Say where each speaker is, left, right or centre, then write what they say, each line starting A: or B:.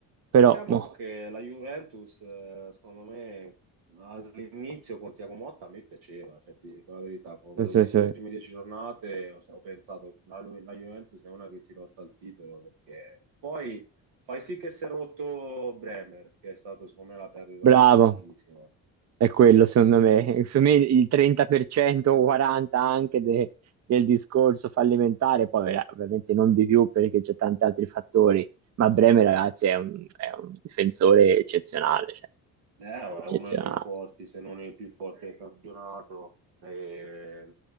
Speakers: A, on the right; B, on the right.
A: Però,
B: Diciamo
A: no,
B: che la Juventus, eh, secondo me, all'inizio con Tiago Motta mi piaceva, cioè, ti dico la verità, quando l'ho
A: sì,
B: vista
A: sì.
B: le prime dieci giornate ho, ho pensato la, Lu- la Juventus è una che si lotta al titolo, perché poi fai sì che si è rotto Bremer, che è stato secondo me la perdita
A: Bravo.
B: importantissima.
A: È quello, secondo me. Secondo me il 30% o 40% anche de- del discorso fallimentare, poi vera- ovviamente non di più perché c'è tanti altri fattori, ma Bremer, ragazzi, è un, è un difensore eccezionale, cioè,
B: Eh, è
A: eccezionale.
B: uno dei più forti, se non il più forte del campionato, e,